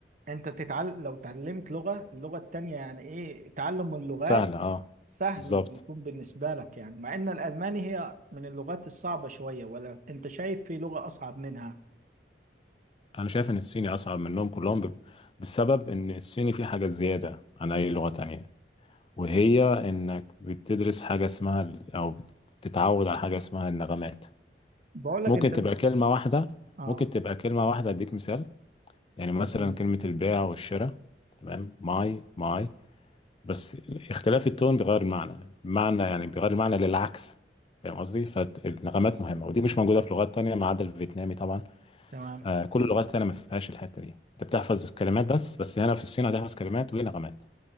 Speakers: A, on the right; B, on the left.
A: انت تتعلم لو تعلمت لغة اللغة التانية يعني ايه تعلم اللغات
B: سهلة اه
A: سهل
B: بالظبط
A: بيكون بالنسبة لك يعني مع ان الالماني هي من اللغات الصعبة شوية ولا انت شايف في لغة اصعب منها
B: انا شايف ان الصيني اصعب منهم كلهم ب- بسبب ان الصيني فيه حاجات زيادة عن اي لغة تانية وهي انك بتدرس حاجة اسمها ال- او بتتعود على حاجة اسمها النغمات
A: بقول لك
B: ممكن
A: انت
B: تبقى
A: مش
B: كلمة واحدة
A: اه
B: ممكن تبقى كلمة واحدة اديك مثال يعني مثلا
A: اديني.
B: كلمة البيع والشراء تمام ماي ماي بس اختلاف التون بيغير المعنى معنى يعني بيغير المعنى للعكس فاهم قصدي فالنغمات مهمه ودي مش موجوده في لغات تانية ما عدا الفيتنامي طبعا
A: تمام
B: آه كل اللغات التانية ما فيهاش الحته دي انت بتحفظ كلمات بس بس هنا في الصين هتحفظ كلمات ونغمات